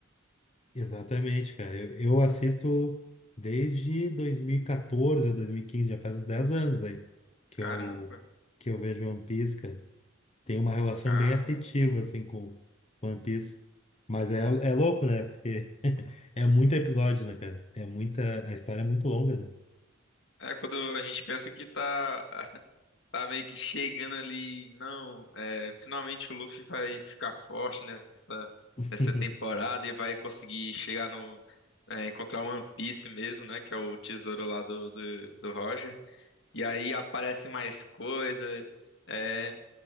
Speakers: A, on the left; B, on the left.
A: Exatamente, cara. Eu, eu assisto desde 2014 ou 2015, já faz uns 10 anos aí que
B: Caramba,
A: eu, que eu vejo One Piece, tem uma relação
B: caramba.
A: bem afetiva, assim, com One Piece. Mas é, é louco, né? Porque <laughs> é muito episódio, né, cara? É muita. A história é muito longa, né?
B: É quando a gente pensa que tá tá meio que chegando ali. Não, é, finalmente o Luffy vai ficar forte nessa,
A: <laughs>
B: nessa temporada e vai conseguir chegar no. é, encontrar o One Piece mesmo, né? Que é o tesouro lá do, do, do Roger. E aí aparece mais coisa, é,